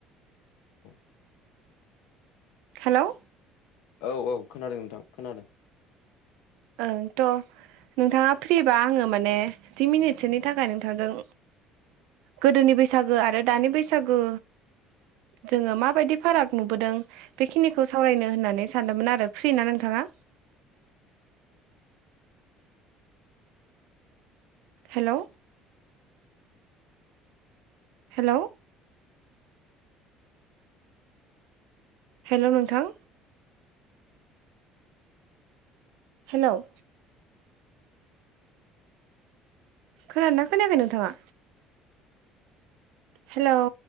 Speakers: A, on the left; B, on the right.
A: <inaudible>
B: हेलौ'
A: औ औ खोनादों नोंथां खोनादों।
B: आं थ' नोंथाङा फ्रिबा आङो माने जि मिनिटसोनि थाखाय नोंथांजों गोदोनि बैसागो आरो दानि बैसागो जोङो माबायदि फाराग नुबोदों। बेखिनिखौ सावरायनो होननानै सानदोंमोन आरो फ्रि ना नोंथाङा? हेलौ हेलौ हेल' नोंथां हेल' खोनादोंना खोनायाखै नोंथाङा हेलौ